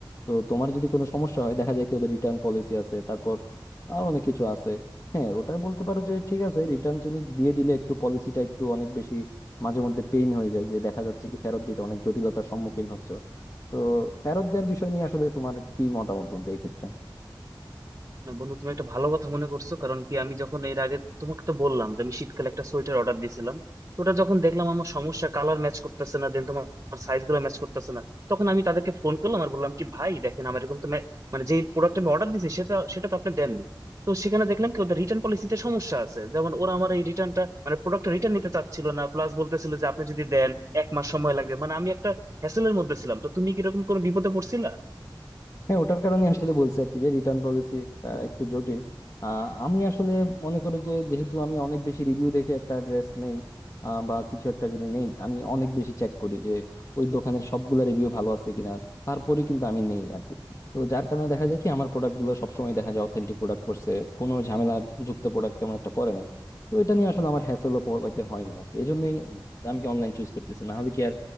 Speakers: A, on the left; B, on the right.
A: তো তোমার যদি কোনো সমস্যা হয় দেখা যায় কি ওদের রিটার্ন পলিসি আছে তারপর আর অনেক কিছু আছে হ্যাঁ ওটা বলতে পারো যে ঠিক আছে রিটার্ন তুমি দিয়ে দিলে একটু পলিসিটা একটু অনেক বেশি মাঝে মধ্যে পেইন হয়ে যায় যে দেখা যাচ্ছে কি ফেরত দিতে অনেক জটিলতার সম্মুখীন হচ্ছে তো ফেরত দেওয়ার বিষয় নিয়ে আসলে তোমার কি মতামত বলতে এই ক্ষেত্রে
B: না বন্ধু তুমি একটা ভালো কথা মনে করছো কারণ কি আমি যখন এর আগে তোমাকে তো বললাম যে আমি শীতকালে একটা সোয়েটার অর্ডার দিয়েছিলাম তো ওটা যখন দেখলাম আমার সমস্যা কালার ম্যাচ করতেছে না দেন তোমার সাইজ গুলো ম্যাচ করতেছে না তখন আমি তাদেরকে ফোন করলাম আর বললাম কি ভাই দেখেন আমার এরকম তো ma- মানে যে প্রোডাক্ট আমি অর্ডার দিয়েছি সেটা সেটা তো আপনি দেননি তো সেখানে দেখলাম কি ওদের রিটার্ন পলিসিতে সমস্যা আছে যেমন ওরা আমার এই রিটার্নটা মানে প্রোডাক্টটা রিটার্ন নিতে চাচ্ছিল না প্লাস বলতেছিল যে আপনি যদি দেন এক মাস সময় লাগবে মানে আমি একটা হ্যাসেলের মধ্যে ছিলাম তো তুমি কি এরকম কোনো বিপদে পড়ছিলা
A: হ্যাঁ ওটার কারণে আসলে বলছি আর কি যে রিটার্ন পলিসিটা একটু জটিল আহ, আমি আসলে মনে করি যে যেহেতু আমি অনেক বেশি রিভিউ দেখে একটা ড্রেস নেই আহ, বা কিছু একটা যদি নেই আমি অনেক বেশি চেক করি যে ওই দোকানের সবগুলা রিভিউ ভালো আছে কিনা তারপরে কিন্তু আমি নেই আর কি তো যার কারণে দেখা যায় কি আমার প্রোডাক্ট গুলো সবসময় দেখা যায় অথেন্টিক প্রোডাক্ট পড়ছে কোনো ঝামেলা যুক্ত প্রোডাক্ট তেমন একটা পড়ে না তো এটা নিয়ে আসলে আমার হ্যাসেলও পোহাইতে হয় না আর কি এই জন্যই আমি কি অনলাইন চুজ করতেছি না হলে কি আর